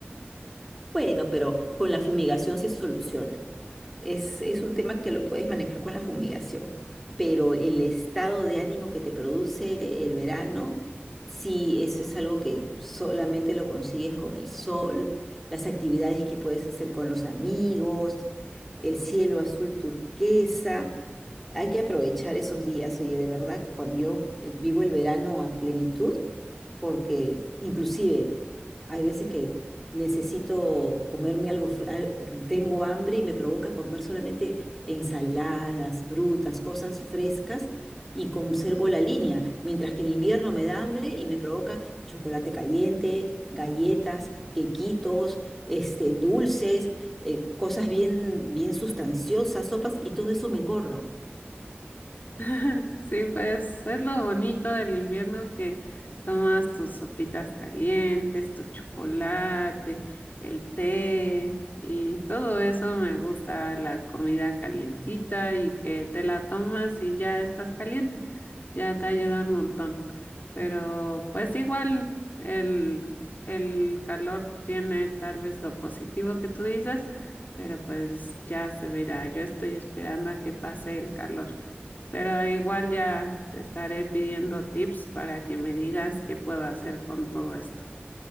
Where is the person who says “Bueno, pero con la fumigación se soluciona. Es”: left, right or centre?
Centre